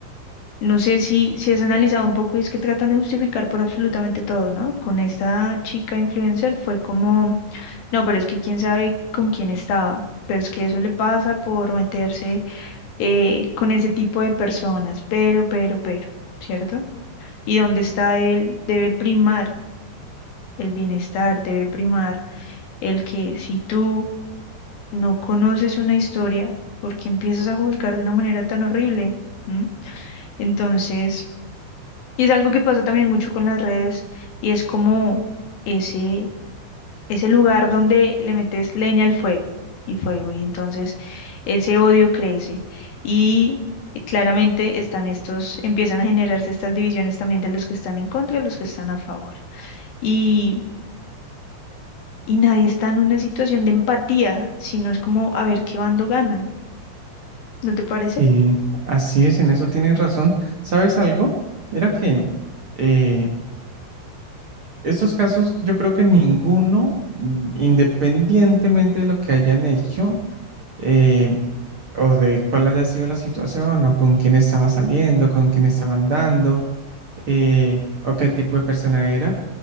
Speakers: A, on the left (about 60°); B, on the right (about 40°).
A: No sé si, si has analizado un poco y es que tratan de justificar por absolutamente todo, ¿no? Con esta chica influencer fue como, no, pero es que quién sabe con quién estaba. Pero es que eso le pasa por meterse eh, con ese tipo de personas, pero, pero, pero, ¿cierto? y donde está él debe primar el bienestar, debe primar el que si tú no conoces una historia, porque empiezas a juzgar de una manera tan horrible? ¿Mm? Entonces, y es algo que pasa también mucho con las redes y es como ese, ese lugar donde le metes leña al fuego y fuego y entonces ese odio crece y claramente están estos, empiezan a generarse estas divisiones también de los que están en contra y los que están a favor. Y y nadie está en una situación de empatía, sino es como a ver qué bando gana, ¿no te parece?
B: Sí, así es, en eso tienes razón. ¿Sabes algo? Mira que eh, Estos casos, yo creo que ninguno, mm, independientemente de lo que hayan hecho, eh, o de cuál haya sido la situación, o con quién estaba saliendo, con quién estaba andando, eh, o qué tipo de persona era.